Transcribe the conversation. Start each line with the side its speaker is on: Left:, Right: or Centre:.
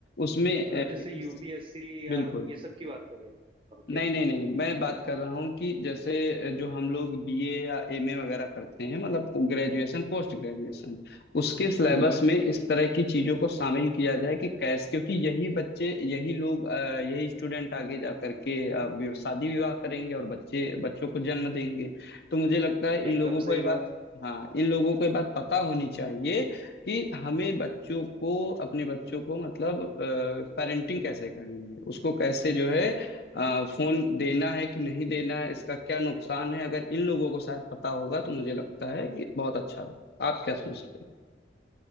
Left: उसमें अ,
Right: मतलब जैसे
Left: इस-
Right: यूपीएससी या
Left: बिल्कुल
Right: ये सब की बात कर रहे हो ओके
Left: नहीं नहीं नहीं मैं बात कर रहा हूँ कि जैसे जो हम लोग बीए या एमए वगैरह करते हैं मतलब ग्रेजुएशन पोस्ट ग्रेजुएशन उसके सिलेबस
Right: हम्म हम्म,
Left: में इस तरह की चीजों को शामिल किया जाए कि कैसे क्योंकि यही बच्चे यही लोग अ, यही स्टूडेंट आगे जा करके अ, वि- शादी विवाह करेंगे और बच्चे बच्चों को जन्म देंगे तो मुझे लगता है इन
Right: एकदम
Left: लोगों को
Right: सही
Left: ये बात
Right: बात
Left: हाँ इन लोगों को ये बात पता होनी चाहिए कि हमें बच्चों को अपने बच्चों को मतलब पेरेंटिंग कैसे करनी है उसको कैसे जो है अ, फोन देना है कि नहीं देना है इसका क्या नुकसान है अगर इन लोगों को शायद पता होगा तो मुझे लगता है कि बहुत अच्छा रहे आप क्या सोचते